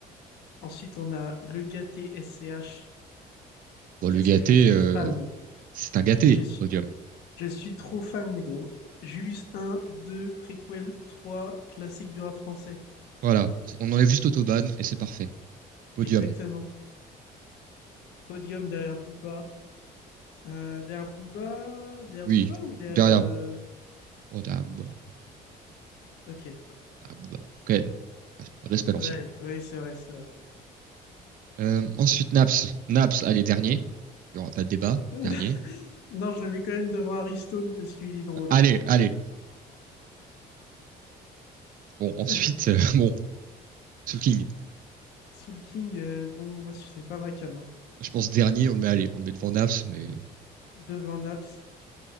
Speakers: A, on the left (about 80°); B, on the right (about 55°).
A: Ensuite, on a le gâté SCH.
B: Bon,
A: Qu'est-ce
B: le gâté,
A: que je suis
B: euh,
A: fan.
B: c'est un gâté,
A: Je suis,
B: podium.
A: je suis trop fan, gros. Julius un 2 préquel trois classique du rap français.
B: Voilà. On enlève juste Autobahn et c'est parfait. Podium.
A: Exactement. Podium derrière Booba. Euh, derrière Booba, derrière
B: Oui,
A: Booba ou derrière...
B: derrière,
A: euh,
B: oh, derrière Booba.
A: Ok.
B: Derrière Booba, quand même. Respect, l'ancien.
A: Ouais, ouais, c'est vrai, c'est vrai.
B: Euh, ensuite, Naps. Naps, allez, dernier. Il n'y aura pas de débat.
A: <laughs>
B: Dernier.
A: Non, je le mets quand même devant Harry Stone parce qu'il est drôle.
B: Allez, allez. Bon, ensuite,
A: <laughs>
B: euh, <laughs> bon, Soul King.
A: Soul King, euh, bon, moi, c'est pas ma cam. hein.
B: Je pense dernier, on le met, allez, on le met devant Naps, mais
A: Devant Naps,